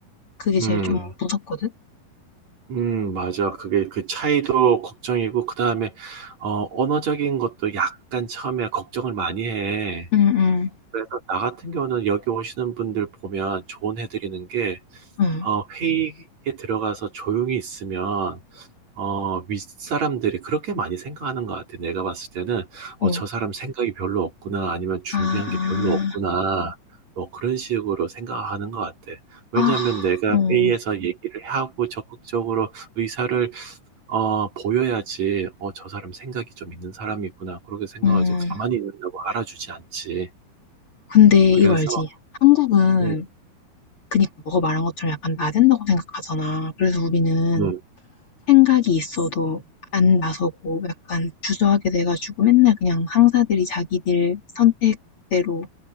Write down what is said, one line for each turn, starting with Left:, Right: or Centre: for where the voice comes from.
Left: 그게
Right: 음,
Left: 제일 좀 무섭거든?
Right: 음, 맞아. 그게 그 차이도 걱정이고, 그 다음에, 어, 언어적인 것도 약간 처음에 걱정을 많이 해.
Left: 응, 응,
Right: 그래서 나 같은 경우는 여기 오시는 분들 보면 조언해드리는 게,
Left: 응,
Right: 어, 회의에 들어가서 조용히 있으면, 어, 윗사람들이 그렇게 많이 생각하는 것 같아. 내가 봤을 때는, 어,
Left: 어.
Right: 저 사람 생각이 별로 없구나, 아니면 준비한
Left: 아,
Right: 게 별로 없구나, 뭐 그런 식으로 생각하는 것 같아. 왜냐하면
Left: 아,
Right: 내가
Left: 어,
Right: 회의에서 얘기를 하고 적극적으로 의사를, 어, 보여야지, 어, 저 사람 생각이 좀 있는 사람이구나, 그렇게 생각하지.
Left: 음.
Right: 가만히 있는다고 알아주지 않지.
Left: 근데
Right: 그래서,
Left: 이거 알지? 한국은
Right: 음,
Left: 그니까 너가 말한 것처럼 약간 나댄다고 생각하잖아. 그래서 우리는
Right: 음,
Left: 생각이 있어도 안 나서고 약간 주저하게 돼 가지고 맨날 그냥 상사들이 자기들 선택대로